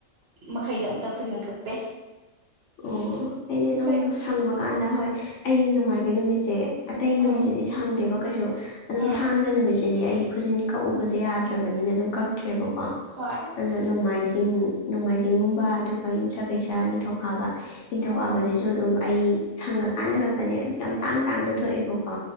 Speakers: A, on the right; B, on the left.
A: ꯃꯈꯩꯗꯣ ꯑꯝꯇ ꯈꯨꯖꯤꯟ ꯀꯛꯇꯦ
B: ꯑꯣ ꯑꯩꯗꯤ ꯑꯗꯨꯝ
A: ꯍꯣꯏ
B: ꯍꯪꯕ ꯀꯥꯟꯗ ꯍꯣꯏ ꯑꯩꯒꯤ ꯅꯣꯡꯃꯥꯏꯖꯤꯡ ꯅꯨꯃꯤꯠꯁꯦ ꯑꯇꯩ
A: ꯎꯝ
B: ꯅꯨꯃꯤꯠꯁꯤꯗꯤ ꯁꯪꯗꯦꯕ ꯀꯩꯁꯨ ꯑꯗꯨꯝ
A: ꯎꯝ
B: ꯊꯥꯡꯖ ꯅꯨꯃꯤꯠꯁꯦ ꯁꯤꯗꯤ ꯑꯩ ꯈꯨꯖꯤꯟ ꯀꯛꯎꯕꯖꯦ ꯌꯥꯗ꯭ꯔꯕꯅꯤꯅ ꯑꯗꯨꯝ ꯀꯛꯇ꯭ꯔꯦꯕꯀꯣ
A: ꯍꯣꯏ
B: ꯑꯗꯨꯅ ꯅꯣꯡꯃꯥꯏꯖꯤꯡ ꯅꯣꯡꯃꯥꯏꯖꯤꯡꯒꯨꯝꯕ ꯑꯗꯨꯒ ꯌꯨꯝꯁꯥ ꯀꯩꯁꯥ ꯅꯤꯡꯊꯧꯀꯥꯕ ꯅꯤꯡꯊꯧꯀꯥꯕꯖꯤꯖꯨ
A: ꯎꯝ
B: ꯗꯨꯝ ꯑꯩ ꯁꯪꯉꯀꯥꯟꯗ ꯈꯛꯇꯅꯦ ꯑꯗꯨ ꯌꯥꯝ ꯇꯥꯡ ꯇꯥꯡꯅ ꯊꯣꯑꯦꯕ ꯀꯣ